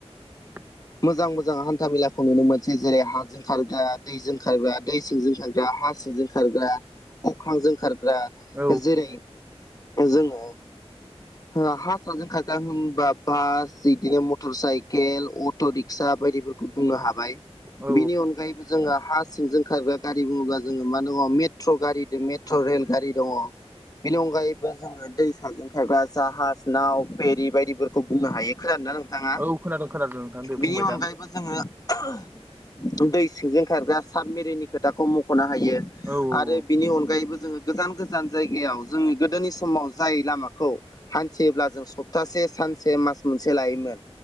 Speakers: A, on the right; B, on the left.
A: <inaudible>
B: मोजां मोजां हान्था मेलाखौ नुनो मोनसै जेरै हाजों खारग्रा दैजों खारग्रा दै सिंजों खारग्रा हा सिंजों खा खारग्रा अख्रांजों खारग्रा
A: औ
B: जेरै जोङो ओ हा साजों खा ग्रा होनबा बास बिदिनो मटर साइकेल अट' रिक्सा बायदिफोरखौ बुंनो हाबाय।
A: औ
B: बिनि अनगायैबो जोङो हा सिंजों खारग्रा गारि बुङोब्ला जोङो मा दङ मे ट्र' गारि <unintelligible> मेट्र' रेल गारि दङ। बेनि अनगायैबो जोङो दै साजाजों खारग्रा जाहाज नाव फेरि बायदिफोरखौ बुंनो हायो खोनादोंना नोंथाङा?
A: औ खोनादों खोनादों नोंथां दे बुंबाय
B: बिनि
A: दा
B: अनगायैबो
A: नोंथां
B: जोङो दै सिंजों खारग्रा साबमेरिननि खोथाखौ मख'नो हायो।
A: औ औ।
B: आरो बिनि अनगायैबो जोङो गोजान गोजान जायगायाव जोंनि गोदोनि समाव जाय लामाखौ हान्थियोब्ला जों सप्तासे सानसे मास मोनसे लायोमोन